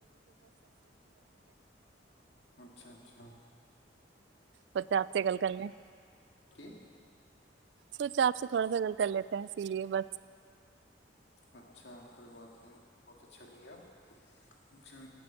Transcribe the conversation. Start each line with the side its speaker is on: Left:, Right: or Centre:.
Left: ਅੱਛਾ-ਅੱਛਾ।
Right: ਬੱਚਾ ਆਪ 'ਚ ਗੱਲ ਕਰਨੇ।
Left: ਕੀ
Right: ਸੋਚਾ ਆਪ ਸੇ ਥੋੜਾ ਸਾ ਗੱਲ ਕਰ ਲੇਤੇ ਹੈ ਇਸੀ ਲੀਏ ਬਸ।
Left: ਅੱਛਾ ਕੋਈ ਬਾਤ ਨੀ ਬਹੁਤ ਅੱਛਾ ਕੀਆ। ਅੱਛਾ